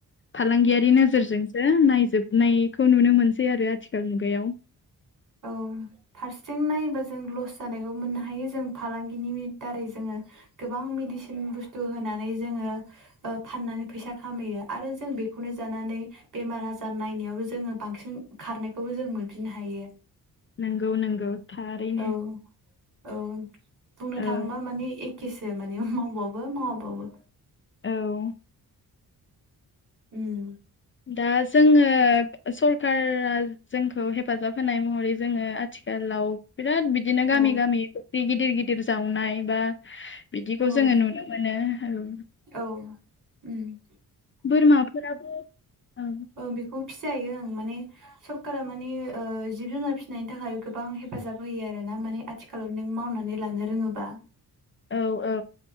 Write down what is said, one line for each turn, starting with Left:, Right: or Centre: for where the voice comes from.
Left: फालांगियारि नोजोरजोंसो नाय जोबनायखौ नुनो मोनसै आरो आथिखाल मुगायाव
Right: औ फारसेथिं नायोबा जों लस जानायखौबो मोननो हायो जों फालांगिनि दारै गोबां मेदिसिन बुस्थु होना नानै जोङो ओ फान्नानै फैसा खामायो आरो जों बेखौनो जानानै बेमार आजार नाय नायावबो जोङो बांसिन खारनायखौबो जों मोनफिननो हायो
Left: नंगौ नंगौ थारैनो
Right: औ औ बुंनो थाङोबा
Left: औ
Right: माने एखेसो माने मावबाबो मावाबाबो
Left: औ
Right: ओम
Left: दा जोङो सरकारा जोंखौ हेफाजाब होनाय महरै जोङो आथिखालाव बिराद बिदिनो
Right: औ
Left: गामि गामि फख्रि गिदिर गिदिर जावनाय बा बिदिखौ
Right: औ
Left: जोङो नुनो मोनो। औ
Right: औ उम
Left: बोरमाफोराबो औ
Right: ओं बेखौ फिजायो ओं माने सरकारा माने ओ जिब जुनार फिनायनि थाखाय गोबां हेफ फाजाब होयो आरो ना माने आथिखालाव नों मावनानै लानो रोङोबा
Left: औ औ